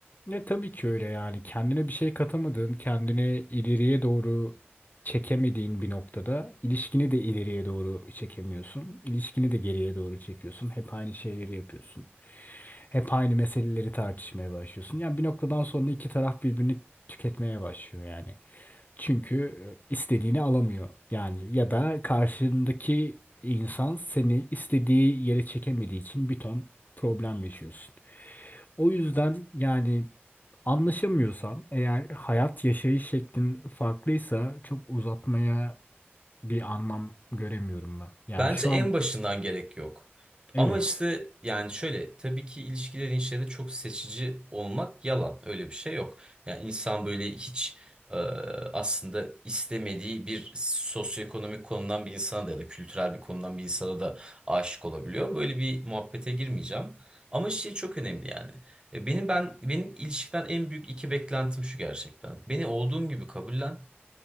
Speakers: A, on the left; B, on the right.
A: Ne tabii ki öyle yani kendine bir şey katamadığın, kendini ileriye doğru çekemediğin bir noktada ilişkini de ileriye doğru çekemiyorsun. İlişkini de geriye doğru çekiyorsun. Hep aynı şeyleri yapıyorsun. Hep aynı meseleleri tartışmaya başlıyorsun. Yani bir noktadan sonra iki taraf birbirini tüketmeye başlıyor yani. Çünkü e, istediğini alamıyor. Yani ya da karşındaki insan seni istediği yere çekemediği için bir ton problem yaşıyorsun. O yüzden yani anlaşamıyorsan eğer hayat yaşayış şeklin farklıysa çok uzatmaya bir anlam göremiyorum ben. Yani
B: Bence
A: şu
B: en
A: an
B: başından gerek yok.
A: evet.
B: Ama işte yani şöyle tabii ki ilişkilerin şeyde çok seçici olmak yalan. Öyle bir şey yok. Yani insan böyle hiç e, aslında istemediği bir sosyoekonomik konudan bir insana da ya da kültürel bir konudan bir insana da aşık olabiliyor. Böyle bir muhabbete girmeyeceğim. Ama şey çok önemli yani. E, Benim ben benim ilişkiden en büyük iki beklentim şu gerçekten. Beni olduğum gibi kabullen.